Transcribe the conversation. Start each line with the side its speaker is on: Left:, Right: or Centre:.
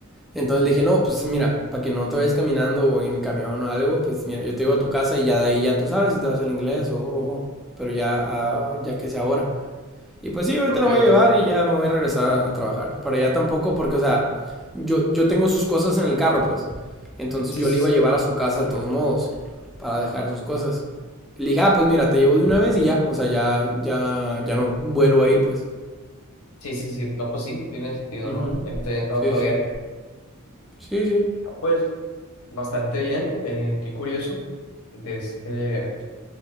Centre: Entonces le dije, no, pues mira, para que no te vayas caminando o en el camión o algo, pues mira, yo te llevo a tu casa y ya de ahí ya tú sabes si te vas al inglés o, o- pero ya, ah, ya que sea ahora. Y pues sí, ahorita
Left: Ok,
Centre: la voy
Left: ok,
Centre: a llevar
Left: ok.
Centre: y ya me voy a regresar a, a trabajar. Para allá tampoco, porque, o sea, yo, yo tengo sus cosas en el carro, pues. Entonces
Left: Sí,
Centre: yo
Left: sí,
Centre: le iba
Left: sí.
Centre: a llevar a su casa de todos modos, para dejar sus cosas. Y le dije, ah, pues mira, te llevo de una vez y ya. O sea, ya, ya, ya no vuelvo a ir, pues.
Left: Sí, sí, sí. No, pues sí, tiene sentido,
Centre: Ujú.
Left: ¿no? Ya me estoy entrando
Centre: Sí,
Left: a otro
Centre: sí.
Left: viaje.
Centre: Sí, sí.
Left: Ah, Pues bastante bien. Eh, qué curioso. De este.